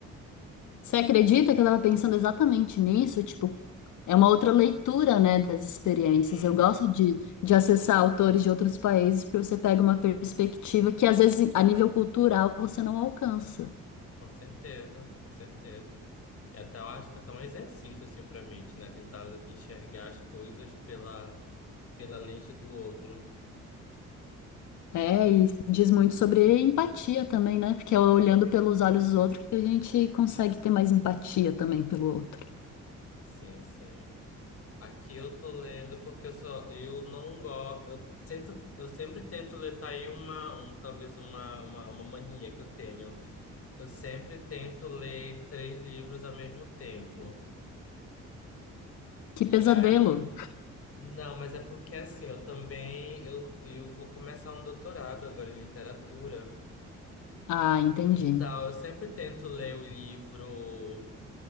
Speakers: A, on the left; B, on the left.
A: Você acredita que eu tava pensando exatamente nisso? Tipo, é uma outra leitura, né, das experiências.
B: Uhum,
A: Eu gosto de, de acessar autores de outros países porque você pega uma perspectiva que, às vezes, a nível cultural, você não alcança.
B: com certeza, com certeza. E até eu acho que é até um exercício, assim, pra mente, né? Tentar enxergar as coisas pela, pela lente do outro.
A: É, e diz muito sobre empatia também, né? Porque é olhando pelos olhos dos outros que a gente consegue ter mais empatia também pelo outro.
B: Sim, sim. Aqui eu tô lendo porque eu só eu não gosto, eu tento, eu sempre tento ler tá aí uma, um, talvez uma, uma, uma mania que eu tenho. Eu sempre tento ler três livros ao mesmo tempo.
A: Que
B: E
A: pesadelo.
B: aí. Não, mas é porque assim, eu também. Eu, eu vou começar um doutorado agora em literatura.
A: Ah, entendi.
B: Então, eu sempre tento ler o livro